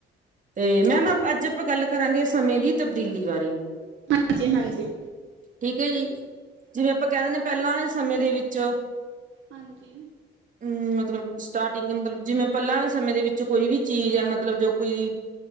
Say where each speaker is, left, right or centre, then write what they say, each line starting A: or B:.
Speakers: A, on the right; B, on the right.
A: ਤੇ ਮੈਮ ਅੱਜ ਆਪਾਂ ਗੱਲ ਕਰਾਂਗੇ ਸਮੇਂ ਦੀ ਤਬਦੀਲੀ ਬਾਰੇ,
B: ਹਾਂਜੀ, ਹਾਂਜੀ,
A: ਠੀਕ ਹੈ ਜੀ, ਜਿਵੇਂ
B: ਹਾਂਜੀ
A: ਆਪਾਂ ਕਹਿ ਦਿੰਦੇ ਆਂ ਪਹਿਲਾਂ ਵਾਲੇ ਸਮੇਂ ਦੇ ਵਿੱਚ,
B: ਹਾਂਜੀ,
A: ਹੂੰ, ਮਤਲਬ ਸਟਾਰਟਿੰਗ ਮਤਲਬ ਜਿਵੇਂ ਪਹਿਲਾਂ ਵਾਲੇ ਸਮੇ ਦੇ ਵਿੱਚ ਚ ਕੋਈ ਵੀ ਚੀਜ਼ ਹੈ ਮਤਲਬ ਜੋ ਕੋਈ,